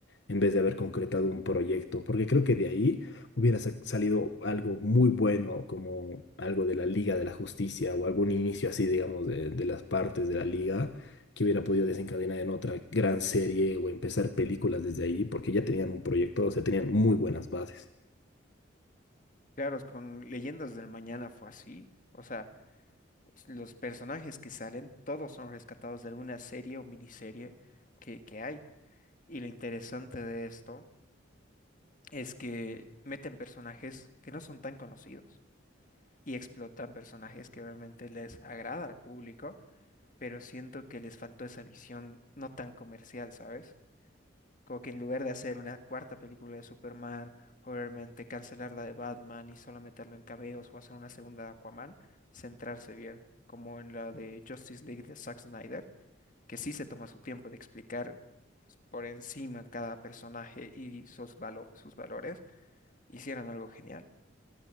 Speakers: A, on the left; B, on the left.
A: en vez de haber concretado un proyecto, porque creo que de ahí hubiera sa- salido algo muy bueno, como algo de la Liga de la Justicia o algún inicio así, digamos, de, de las partes de la Liga que hubiera podido desencadenar en otra gran serie o empezar películas desde ahí, porque ya tenían un proyecto, o sea, tenían muy buenas bases.
B: Claro, con Leyendas del Mañana fue así. O sea, Los personajes que salen, todos son rescatados de alguna serie o miniserie que, que hay. Y lo interesante de esto es que meten personajes que no son tan conocidos y explotan personajes que realmente les agrada al público, pero siento que les faltó esa visión no tan comercial, ¿sabes? Como que en lugar de hacer una cuarta película de Superman o realmente cancelar la de Batman y solo meterlo en cameos o hacer una segunda de Aquaman, centrarse bien, como en la de Justice League de Zack Snyder que sí se toma su tiempo de explicar por encima cada personaje y sus valo- sus valores, hicieran algo genial.